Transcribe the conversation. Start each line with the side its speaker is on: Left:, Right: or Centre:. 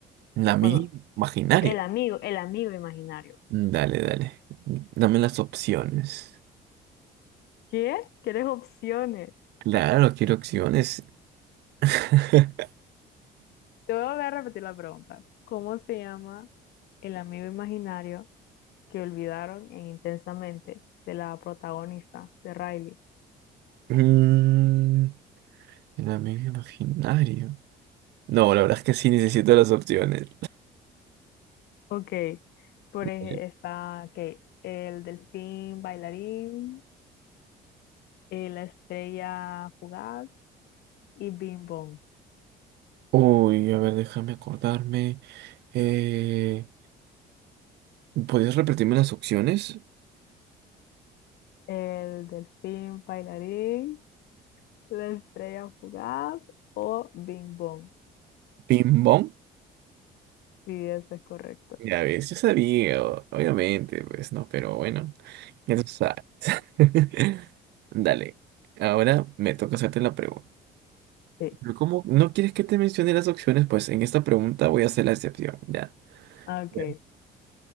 Right: la amiga
Left: Bueno,
Right: imaginaria.
Left: El amigo, el amigo imaginario.
Right: Mm, Dale, dale. Dame las opciones.
Left: ¿Qué? ¿Quieres opciones?
Right: Claro, quiero opciones. <laughs>
Left: Te voy a volver a repetir la pregunta. ¿Cómo se llama el amigo imaginario que olvidaron en Intensamente de la protagonista de Riley?
Right: Mm, el amigo imaginario. No, la verdad es que sí necesito las opciones.
Left: Ok. Por
Right: <laughs>
Left: ejemplo, está que el delfín bailarín, eh, la estrella fugaz y Bing Bong.
Right: Uy, a ver, déjame acordarme. Eh, ¿podrías repetirme las opciones?
Left: El delfín bailarín, la estrella fugaz o Bing Bong.
Right: ¿Ping pong?
Left: Sí, eso es correcto.
Right: Ya ves, yo sabía, o- obviamente, pues no, pero bueno, ya tú sabes. <laughs> Dale, ahora me toca hacerte la pregunta.
Left: Sí.
Right: Pero como no quieres que te mencione las opciones, pues en esta pregunta voy a hacer la excepción, ya.
Left: Ah, Ok,
Right: Bien.